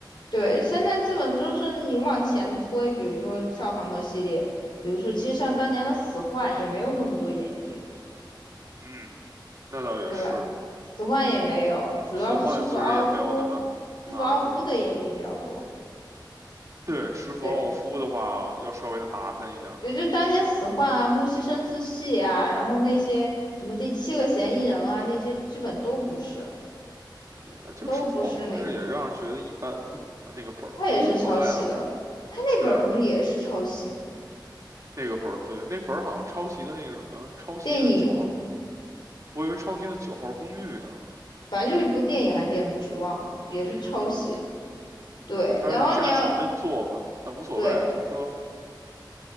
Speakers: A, on the left; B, on the right.
A: 对，现在基本就是你往前推，比如说像航母系列，比如说其实像当年的死幻也没有那么多演绎，
B: 嗯，那倒也是，
A: 对吧？死幻也没有，主要是吃服奥夫，
B: 死幻其实也没有那么麻烦。
A: 吃服奥夫的演绎比较多。
B: 对，持斧奥夫的话要稍微的麻烦一点儿，
A: 对。也就当年死患啊、木西生姿系啊，然后那些什么第七个嫌疑人啊，那些基本都不是，
B: 但其实持斧奥夫也让人觉得一般
A: 都不是那个，
B: <laughs> 啊，那个本儿，
A: 他也是抄袭的，
B: 不过无所谓了。
A: 他那本儿不是也是抄袭吗？
B: 对。那个本儿，对，那本儿好像抄袭的那个什么，抄袭的九号，
A: 电影，
B: 我以为抄袭的九号公寓呢。
A: 反正就是一部电影还是电视剧，忘了，也是抄袭。
B: 嗯，
A: 对，
B: 它是假戏真做嘛，
A: 然后你要
B: 但无所谓，
A: 对，
B: 就是说，